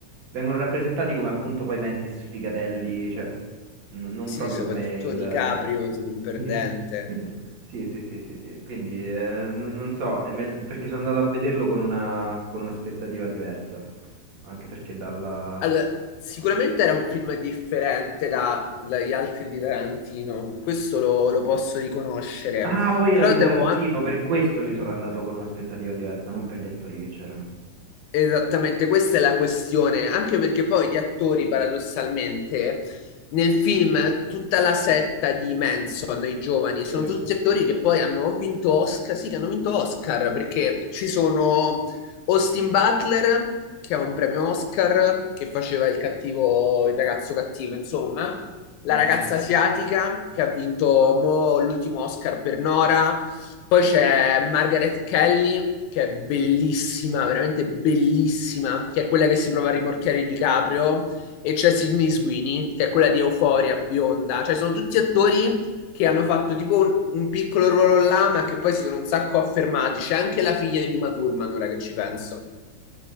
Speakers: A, on the right; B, on the left.
A: vengono rappresentati come appunto poi mezzi sfigatelli, cioè n- non
B: Sì,
A: proprio
B: soprattutto
A: come il...
B: DiCaprio, tipo un perdente.
A: <laughs> Sì, sì, sì, sì, sì, quindi eh, n- non so, e me- perché sono andato a vederlo con una, con un'aspettativa diversa, anche perché dalla...
B: Allora, sicuramente era un film differente da- dagli altri di Tarantino, questo lo, lo posso riconoscere,
A: Ah, poi era
B: però
A: di Tarantino,
B: devo, an-
A: per questo ci sono andato con un'aspettativa diversa, non per gli attori che c'erano.
B: Esattamente, questa è la questione, anche perché poi gli attori, paradossalmente, nel film tutta la setta di Manson, i giovani,
A: Sì.
B: sono tutti attori che poi hanno o vinto Oscar, sì, che hanno vinto Oscar, perché ci sono Austin Butler, che ha un premio Oscar, che faceva il cattivo, il ragazzo cattivo, insomma, la
A: Mhm.
B: ragazza asiatica, che ha vinto mo l'ultimo Oscar per Nora, poi c'è Margaret Kelly che è bellissima, veramente bellissima, che è quella che si prova a rimorchiare di Caprio e c'è Sydney Sweeney, che è quella di Euphoria, bionda, cioè sono tutti attori che hanno fatto tipo un, un piccolo ruolo là, ma che poi si sono un sacco affermati. C'è anche la figlia di Uma Thurman, ora che ci penso.